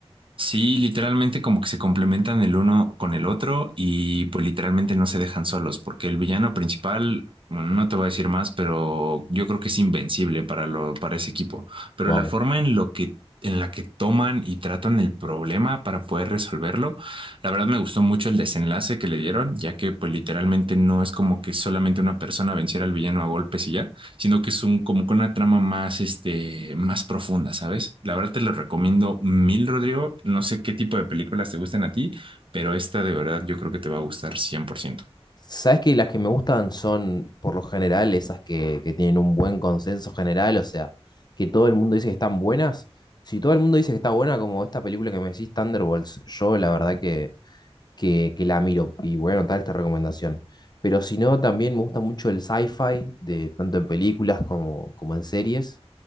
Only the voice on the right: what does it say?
Sí, literalmente como que se complementan el uno con el otro y pues literalmente no se dejan solos, porque el villano principal, bueno, no te voy a decir más, pero yo creo que es invencible para lo, para ese equipo. Pero
la forma en lo que, en la que toman y tratan el problema para poder resolverlo, la verdad me gustó mucho el desenlace que le dieron, ya que pues literalmente no es como que solamente una persona venciera al villano a golpes y ya sino que es un como con una trama más, este, más profunda, ¿sabes? La verdad te lo recomiendo mil, Rodrigo. No sé qué tipo de películas te gustan a ti, pero esta de verdad yo creo que te va a gustar cien por ciento